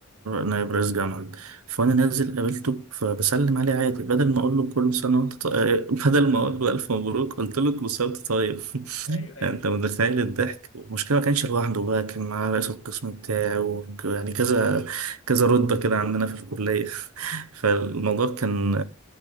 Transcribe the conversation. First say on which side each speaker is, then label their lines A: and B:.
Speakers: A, on the right; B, on the left.
A: نائب رئيس جامعة فأنا نازل قابلته فبسلم عليه عادي بدل ما أقول له كل سنة وأنت طيب بدل ما أقول له ألف مبروك قلت له كل سنة وأنت طيب <laughs>
B: ايوه ايوه
A: يعني انت متخيل الضحك والمشكله ما كانش لوحده بقى كان معاه رئيس القسم بتاعي وك- يعني كذا كذا رتبه كده عندنا في الكليه <laughs> فالموضوع
B: آه،
A: كان